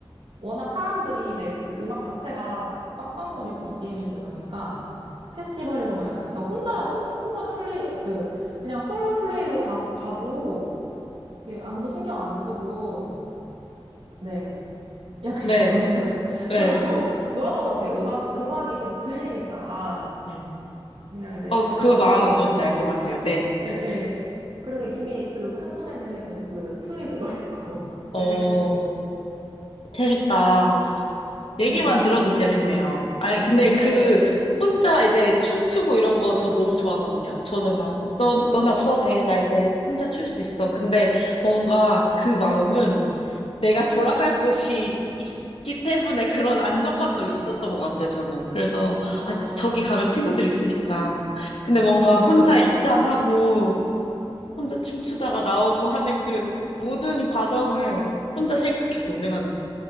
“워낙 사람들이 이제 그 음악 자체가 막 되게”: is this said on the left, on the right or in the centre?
Right